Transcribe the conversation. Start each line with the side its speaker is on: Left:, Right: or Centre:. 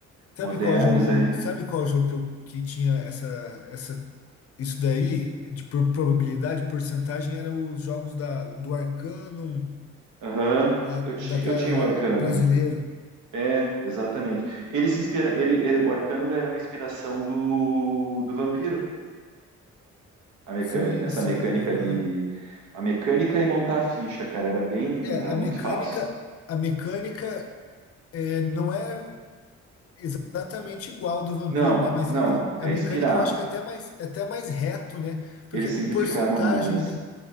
Left: Sabe
Right: modernos
Left: qual jogo que
Right: aí.
Left: eu, sabe qual jogo que, eu, que tinha essa, essa Isso daí, de por- probabilidade, porcentagem, era os jogos da, do Arcanum,
Right: Aham.
Left: lá
Right: Eu, ti,
Left: daquela
Right: eu tinha o arcano
Left: brasileiro.
Right: É, exatamente. Ele se inspira, ele, ele- o Arcano era uma inspiração do, do Vampiro, a mecânica,
Left: Sim,
Right: essa
Left: sim,
Right: mecânica
Left: aham.
Right: de a mecânica e montar a ficha, cara, era bem,
Left: É,
Right: era
Left: a
Right: muito
Left: mecânica,
Right: fácil.
Left: a mecânica é, não é exatamente igual do vampiro,
Right: Não,
Left: né? Mas
Right: não,
Left: é, a
Right: é
Left: mecânica
Right: inspirado.
Left: eu acho que é até mais, é até mais reto, né? Porque
Right: Eles
Left: é
Right: simplificaram
Left: com porcentagem,
Right: mais.
Left: né?